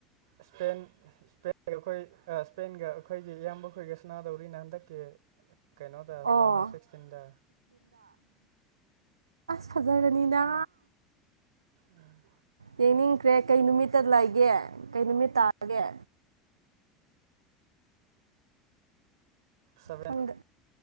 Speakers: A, on the right (about 60°); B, on the right (about 75°).
A: ꯏꯁꯄꯦꯟ ꯏꯁꯄ ꯑꯩꯈꯣꯏ ꯏꯁꯄꯦꯟꯒ ꯑꯩꯈꯣꯏꯒꯤ ꯏꯌꯥꯝꯕ ꯈꯣꯏꯒ ꯁꯅꯥꯗꯧꯔꯤꯅ ꯍꯟꯗꯛꯀꯤ ꯀꯩꯅꯣꯗ
B: ꯑꯣ
A: ꯔꯥꯎꯟ ꯑꯣꯄ ꯁꯤꯀꯁꯇꯤꯟꯗ
B: ꯐꯖꯔꯅꯤꯅꯥ
A: ꯎꯝ
B: ꯌꯦꯡꯅꯤꯡꯈ꯭ꯔꯦ ꯀꯩ ꯅꯨꯃꯤꯠꯇ ꯂꯩꯒꯦ ꯀꯩ ꯅꯨꯃꯤꯠ ꯇꯥꯒꯦ
A: ꯁꯚꯦꯟ
B: ꯈꯪꯗꯦ